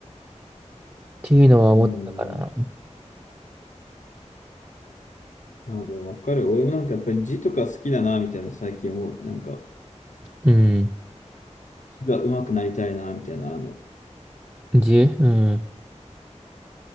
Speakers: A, on the right (about 20°); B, on the left (about 85°).
A: ていうのは思ったから。
B: う。うん。まあでもわかる。俺もなんかやっぱり字とか好きだな、みたいな最近思う。なんか
A: うん。
B: 字が上手くなりたいな、みたいなのあんの。
A: じ、うん。